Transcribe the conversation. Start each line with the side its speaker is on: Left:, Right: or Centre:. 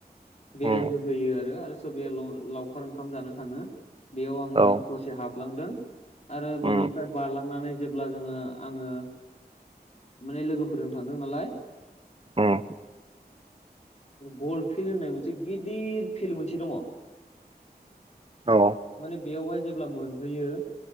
Left: बेरायहोहोयो
Right: उम
Left: आरो। आरो सोरबाया ल लावखार ओंखाम जानो थाङो। बेयाव आङो
Right: औ
Left: दसे हाबलांदों आरो
Right: उम
Left: बेनिफ्राय बारलांनानै जे अब्ला जोङो आङो माने लोगोफोरजों थांदों नालाय।
Right: उम
Left: गल फिल्ड होननाय मोनसे गिदिर फिल्ड मोनसे दङ।
Right: औ
Left: माने बेयावहाय जेब्ला मोनहैयो